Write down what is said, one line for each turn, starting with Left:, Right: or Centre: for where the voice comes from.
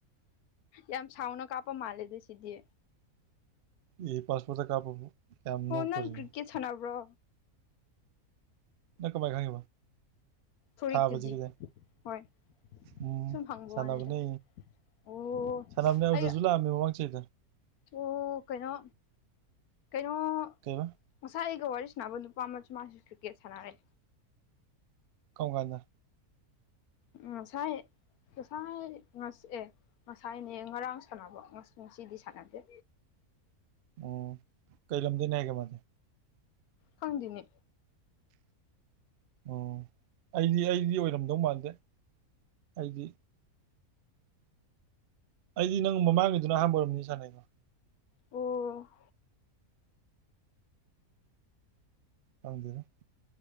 Left: ꯌꯥꯝ ꯁꯥꯎꯅ ꯀꯥꯞꯄ ꯃꯥꯜꯂꯦ ꯑꯗꯨ ꯁꯤꯗꯤ
Right: ꯑꯩ ꯄꯥꯁꯄꯣꯇ ꯀꯥꯄꯕꯨ ꯀꯌꯥꯝ
Left: ꯑꯣ
Right: ꯅꯣꯛꯇꯣꯔꯤꯒꯦ
Left: ꯅꯪ ꯀ꯭ꯔꯤꯛꯀꯦꯠ ꯁꯥꯟꯅꯕ꯭ꯔꯣ
Right: ꯅꯪ ꯀꯃꯥꯏ ꯈꯡꯉꯤꯕ
Left: ꯐꯨꯔꯤꯠꯇꯨꯗꯤ
Right: ꯊꯥꯕꯕꯁꯤ ꯀꯗ
Left: ꯍꯣꯏ
Right: ꯎꯝ
Left: ꯁꯨꯝ ꯍꯪꯕ
Right: ꯁꯥꯟꯅꯕꯅꯦ
Left: ꯋꯥꯅꯤꯗ ꯑꯣ
Right: ꯁꯅꯥꯕꯅꯦ ꯑꯗꯨꯗꯁꯨ
Left: ꯑꯩ
Right: ꯂꯥꯛꯑꯝꯃꯦ ꯃꯃꯥꯡ ꯆꯍꯤꯗ
Left: ꯑꯣ ꯀꯩꯅꯣ ꯀꯩꯅꯣ
Right: ꯀꯩꯕ
Left: ꯉꯁꯥꯏ ꯒ ꯋꯥꯔꯤ ꯁꯥꯟꯅꯕ ꯅꯨꯄꯥ ꯑꯃ ꯃꯥꯁꯨ ꯀ꯭ꯔꯤꯛꯀꯦꯠ ꯁꯥꯟꯅꯔꯦ
Right: ꯀꯔꯝꯀꯥꯟꯗ
Left: ꯎꯝ ꯉꯁꯥꯏ ꯉꯁꯥꯏ ꯉ ꯑꯦ ꯉꯁꯥꯏꯅꯦ ꯉꯔꯥꯡ ꯁꯥꯟꯅꯕ ꯉꯁꯤꯗꯤ ꯁꯥꯟꯅꯗꯦ
Right: ꯎꯝ ꯀꯩ ꯂꯝꯗꯩꯅꯦ ꯍꯥꯏ ꯀꯦ ꯃꯥꯗꯤ
Left: ꯈꯪꯗꯦꯅꯤ
Right: ꯑꯣ ꯑꯩꯗꯤ ꯑꯩꯗꯤ ꯑꯣꯏꯔꯝꯗꯧ ꯃꯥꯟꯗꯦ ꯑꯩꯗꯤ ꯑꯩꯗꯤ ꯅꯪ ꯃꯃꯥꯡꯒꯤꯗꯨꯅ ꯑꯍꯥꯟꯕ ꯑꯣꯏꯔꯝꯅꯤ ꯁꯥꯟꯅꯩꯩꯗꯣ
Left: ꯑꯣ
Right: ꯈꯪꯗꯦꯗ